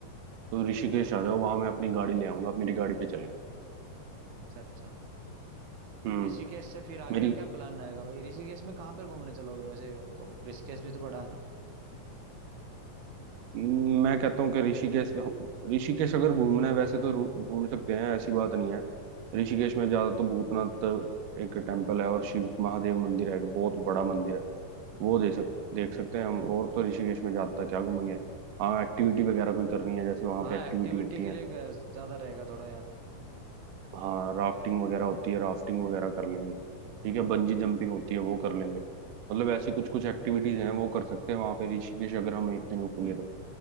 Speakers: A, on the right; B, on the right.
A: तो ऋषिकेश आ जाओ वहां मैं अपनी गाड़ी ले आऊंगा अपनी गाड़ी पे चलेंगे
B: अच्छा अच्छा
A: हम्म
B: ऋषिकेश से फिर आगे
A: मेरी
B: का क्या प्लान रहेगा भाई ऋषिकेश में कहाँ पर घूमने चलोगे वैसे और तो ऋषिकेश भी तो बड़ा है ना
A: मैं कहता हूँ कि ऋषिकेश ऋषिकेश अगर घूमना है वैसे तो रू- घूम सकते हैं ऐसी बात नहीं है ऋषिकेश में ज्यादा तो भूतनाथ एक टेम्पल है और शिव महादेव मंदिर है एक बहुत बड़ा मंदिर है वो दे सक देख सकते हैं हम और तो ऋषिकेश में ज्यादा क्या घूमेंगे हाँ एक्टिविटी वगैरह कोई करनी है जैसे वहाँ
B: हाँ
A: पे एक्टिविटी
B: एक्टिविटी
A: होती
B: के
A: है
B: लिए ग- ज्यादा रहेगा थोड़ा यार
A: हाँ राफ्टिंग वगैरह होती है राफ्टिंग वगैरह कर लेंगे ठीक है बंजी जंपिंग होती है वो कर लेंगे मतलब ऐसी कुछ कुछ एक्टिविटीज हैं वो कर सकते हैं वहाँ पे ऋषिकेश अगर हम एक दिन रुकेंगे तो